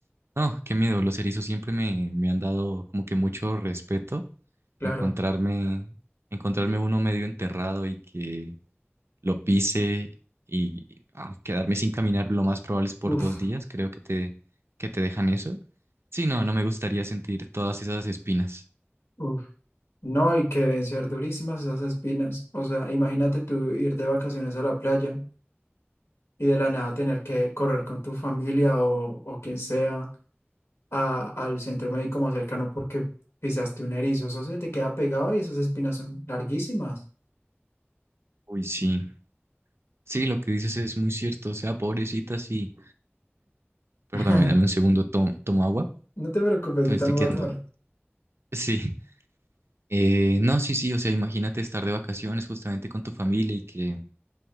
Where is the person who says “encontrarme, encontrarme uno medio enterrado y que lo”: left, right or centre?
Right